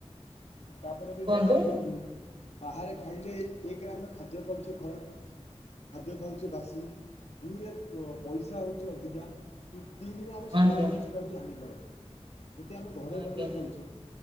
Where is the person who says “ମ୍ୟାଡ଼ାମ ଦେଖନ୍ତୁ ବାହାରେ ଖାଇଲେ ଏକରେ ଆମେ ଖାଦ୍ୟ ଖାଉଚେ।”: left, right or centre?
Left